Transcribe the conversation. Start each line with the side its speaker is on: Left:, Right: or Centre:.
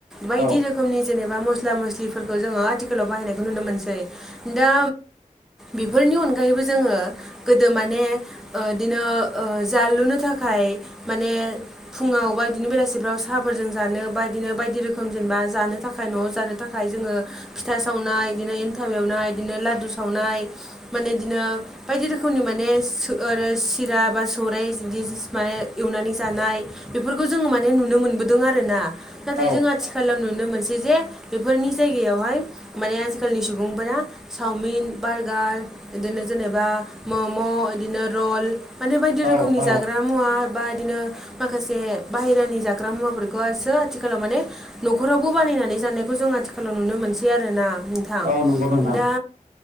Centre: बायदि
Right: औ
Centre: रोखोमनि जेनेबा मस ला मस्लिफोरखौ जोंङो आथिखालाव बाहायनायखौ नुनो मोनसै दा बेफोरनि अनगायैबो जोंङो गोदो माने ओ इदिनो ओ जालुनो थाखाय माने फुंङाव बा इदिनो बेलासिफ्राव साहाफोरजों जानो बा इदिनो बायदि रोखोम जेनेबा जानो थाखाय न'आव जानो था थाखाय जोंङो फिथा सावनाय इदिनो एन्थाब एवनाय इदिनो लादु सावनाय माने इदिनो बायदि रोखोमनि माने सो आरो सिरा बा सौराय इज दि बिदि माने एवनानै जानाय बेफोरखौ जोंङो माने नुनो मोनबोदों आरोना नाथाय
Right: औ
Centre: जों आथिखालाव नुनो मोनसै जे बेफोरनि जायगायावहाय माने आजिखालिनि सुबुंफोरा चावमिन बारगार बिदिनो जेनेबा मम' बिदिनो रल माने बायदि
Right: औ
Centre: रोखोमनि
Right: औ
Centre: जाग्रा मुवा बा बिदिनो माखासे बाहेरानि जाग्रा मुवाफोरखौसो आथिखालाव माने न'खरावबो बानायनानै जानायखौ जों आथिखालाव नुनो मोनसै आरोना। दा
Right: औ नंगौ नोंथां